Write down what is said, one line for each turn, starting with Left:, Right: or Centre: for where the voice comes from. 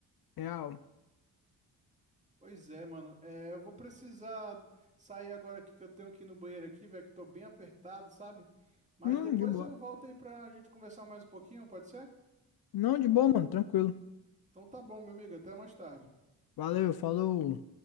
Left: Real.
Right: Pois é, mano. É, eu vou precisar sair agora aqui que eu tenho que ir no banheiro aqui, velho, que eu tô bem apertado, sabe? Mas
Left: Hum,
Right: depois
Left: de boa.
Right: eu volto aí pra gente conversar mais um pouquinho, pode ser?
Left: Não, de boa, mano. Tranquilo.
Right: Então tá bom, meu amigo. Até mais tarde.
Left: Valeu, falou.